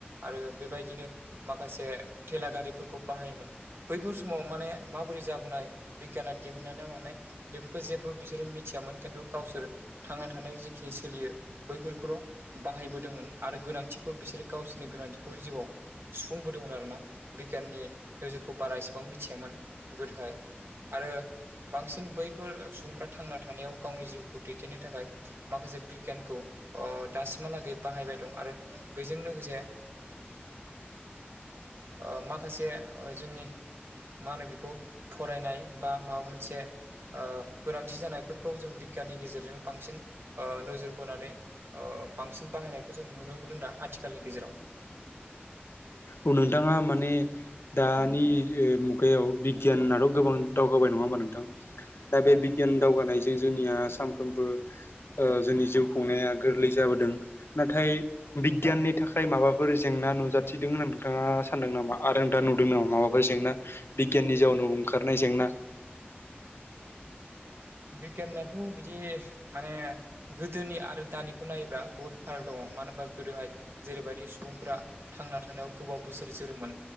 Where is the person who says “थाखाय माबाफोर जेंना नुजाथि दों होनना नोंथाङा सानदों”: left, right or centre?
Left